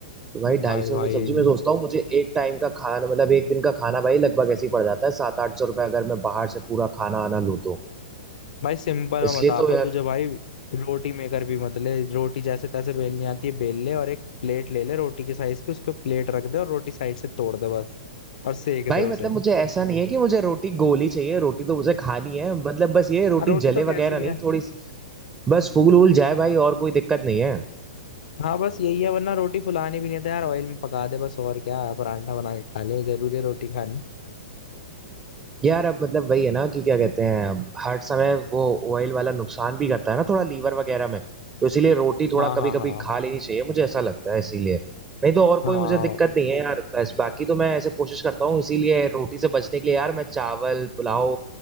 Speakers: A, on the right; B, on the left.
A: तो भाई
B: भाई
A: ढाई सौ रुपये
B: भाई
A: की सब्जी मैं सोचता हूँ मुझे एक टाइम का खाना मतलब एक दिन का खाना भाई लगभग ऐसे ही पड़ जाता है सात आठ सौ रुपये अगर मैं बाहर से पूरा खाना आना लूँ तो
B: भाई सिंपल मैं
A: इसलिए
B: बताता
A: तो यार
B: हूँ तुझे भाई रोटी मेकर भी मत ले रोटी जैसे तैसे बेलनी आती है बेल ले और एक प्लेट ले ले रोटी के साइज की उसको प्लेट रख दे और रोटी साइड से तोड़ दे बस और सेक
A: भाई
B: दे उसे
A: मतलब मुझे ऐसा नहीं है कि मुझे रोटी गोली चाहिए रोटी तो मुझे खानी है मतलब बस ये रोटी
B: हाँ रोटी
A: जले
B: तो कैसी
A: वगैरह
B: भी
A: नहीं
B: है
A: थोड़ी बस फूल वूल जाए भाई और कोई दिक्कत नहीं है
B: हाँ बस यही है वरना रोटी फुलानी भी नहीं था यार ऑयल में पका दे बस और क्या परांठा बना के खा ले जरूरी है रोटी खानी
A: यार अब मतलब वही है ना कि क्या कहते हैं अब हर समय वो ऑयल वाला नुकसान भी करता है ना थोड़ा लीवर वगैरह में तो इसीलिए रोटी थोड़ा
B: हाँ हाँ
A: कभी कभी
B: हाँ
A: खा लेनी चाहिए मुझे ऐसा लगता है इसीलिए नहीं तो और
B: हाँ
A: कोई मुझे दिक्कत नहीं है यार बस बाकी तो मैं ऐसे कोशिश करता हूँ इसीलिए रोटी से बचने के लिए यार मैं चावल पुलाव